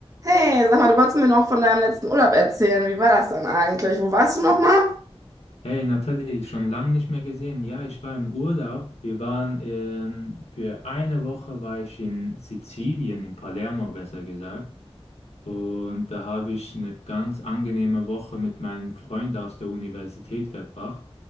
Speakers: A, on the right; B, on the left.
A: Hey, sag mal, du wolltest mir noch von deinem letzten Urlaub erzählen. Wie war das dann eigentlich? Wo warst du nochmal?
B: Hey Nathalie, schon lange nicht mehr gesehen. Ja, ich war im Urlaub. Wir waren ähm, für eine Woche war ich in Sizilien, in Palermo besser gesagt. Und da habe ich eine ganz angenehme Woche mit meinem Freund aus der Universität verbracht.